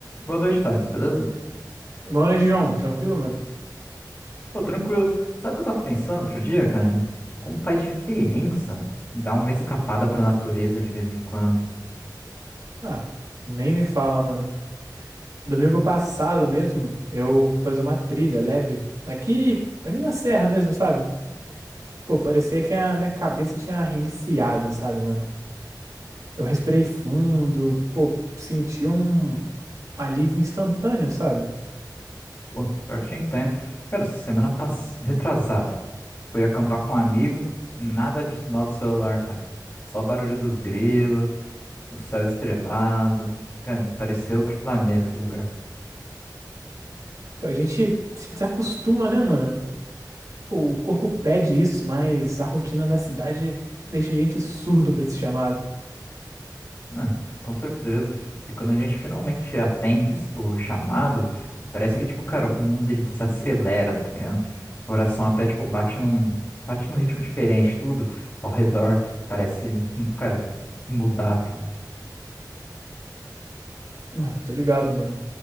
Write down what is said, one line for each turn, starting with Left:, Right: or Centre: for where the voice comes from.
Left: Boa noite, Thales, beleza?
Right: Boa noite, João. Tranquilo, mano?
Left: Pô, tranquilo. Sabe o que eu tava pensando outro dia, cara? Como faz diferença dar uma escapada pra natureza de vez em quando?
Right: Ah, nem me fala, mano. Domingo passado mesmo, eu fui fazer uma trilha leve. Aqui, ali na serra mesmo, sabe? Pô, parecia que a minha cabeça tinha reiniciado, sabe, mano? Eu respirei fundo, pô, senti um alívio instantâneo, sabe?
Left: Pô, pior que eu te entendo. Cara, semana passada, retrasado. fui acampar com um amigo, nada de sinal do celular, cara. Só barulho dos grilos, o céu estrelado. Cara, parecia outro planeta o lugar.
Right: Então a gente se desacostuma, né, mano? Pô, o corpo pede isso, mas a rotina da cidade deixa a gente surdo pra esse chamado.
Left: Ah, com certeza. E quando a gente finalmente atende esse- o chamado, parece que, tipo, cara, o mundo ele desacelera, tá ligado? O coração até, tipo, bate num, bate num ritmo diferente, tudo ao redor parece, cara, mudar, tá ligado?
Right: Ué, tô ligado, mano.